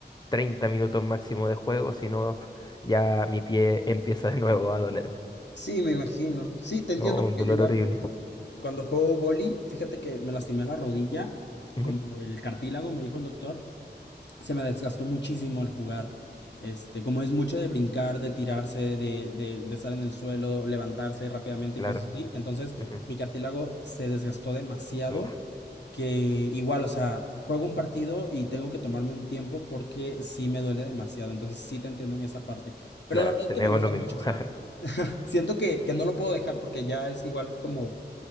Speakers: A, on the left; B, on the left.
A: 30 minutos máximo de juego, si no, ya mi pie empieza de nuevo a dolerme,
B: sí, me imagino. Sí, te entiendo,
A: ¿no?
B: porque
A: Un dolor
B: yo igual,
A: horrible.
B: Cuando juego boli, fíjate que me lastimé la rodilla,
A: Ujú,
B: como el cartílago, me dijo el doctor, se me desgastó muchísimo al jugar. Este, como es mucho de brincar, de tirarse, de, de, de estar en el suelo, levantarse rápidamente
A: Claro.
B: y cosas así, entonces
A: ujú,
B: mi cartílago se desgastó demasiado
A: Uf,
B: que igual, o sea, juego un partido y tengo que tomarme un tiempo porque sí me duele demasiado, entonces sí te entiendo en esa parte, pero
A: claro,
B: la verdad es
A: tenemos
B: que me gusta
A: lo mismo.
B: mucho,
A: <laughs> jaja,
B: o sea, siento que, que no lo puedo dejar porque ya es igual como